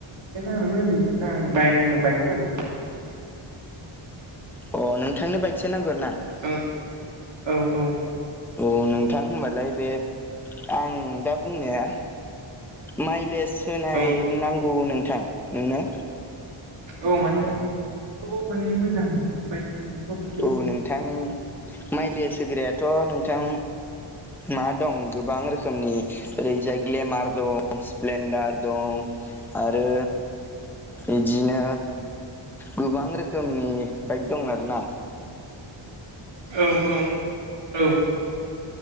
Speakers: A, on the right; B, in the centre.
A: <unintelligible> नाङामोन नोंथां आंनो बाइ आंनो बाइकसो नांगौ।
B: अ नोंथांनो बाइकसो नांगौ ना?
A: ओं औ
B: औ नोंथां होनबालाय बे आं दा बुंनाया माइलेज होनाय
A: औ
B: नांगौ नोंथां नोंनो?
A: औ माने थेबाव माने मोजां बाइक माने सब
B: औ नोंथां माइलेस होग्रायाथ' नोंथां मा दं गोबां रोखोमनि ओरैजाय ग्लेमार दं। स्प्लेन्डार दं आरो इदिनो गोबां रोखोमनि बाइक दं आरोना।
A: औ औ औ